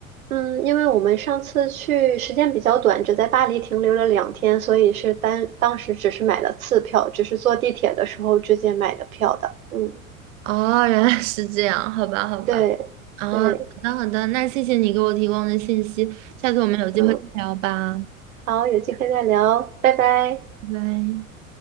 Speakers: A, on the right (about 75°); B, on the right (about 60°).
A: 嗯，因为我们上次去时间比较短，只在巴黎停留了两天，所以是单当时只是买了次票，只是坐地铁的时候直接买的票的。嗯，
B: 哦，原来是这样，好吧，好吧，
A: 对对，
B: 啊，好的好的，那谢谢你给我提供的信息，下次我们有机会再聊吧，
A: 嗯，好，有机会再聊，拜拜。
B: 拜拜。